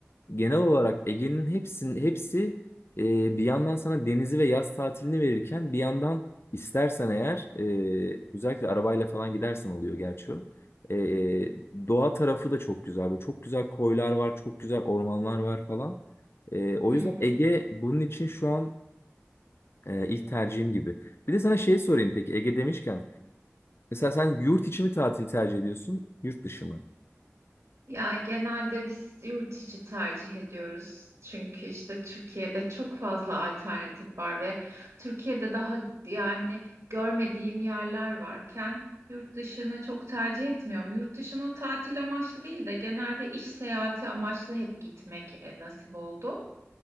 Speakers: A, on the left (about 55°); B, on the right (about 80°).
A: genel olarak Ege'nin hepsinin hepsi e, bir yandan sana denizi ve yaz tatilini verirken bir yandan istersen eğer e, özellikle arabayla falan gidersen oluyor gerçi o. Ee, doğa tarafı da çok güzel. Böyle çok güzel koylar var, çok güzel ormanlar var falan. Ee, o
B: Hı
A: yüzden
B: hı.
A: Ege bunun için şu an e, ilk tercihim gibi. Bir de sana şey sorayım peki Ege demişken. Mesela sen yurt içi mi tatili tercih ediyorsun, yurt dışı mı?
B: Ya genelde biz yurt içi tercih ediyoruz. Çünkü işte Türkiye'de çok fazla alternatif var ve Türkiye'de daha yani görmediğim yerler varken yurt dışını çok tercih etmiyorum. Yurt dışına tatil amaçlı değil de genelde iş seyahati amaçlı hep gitmek e, nasip oldu.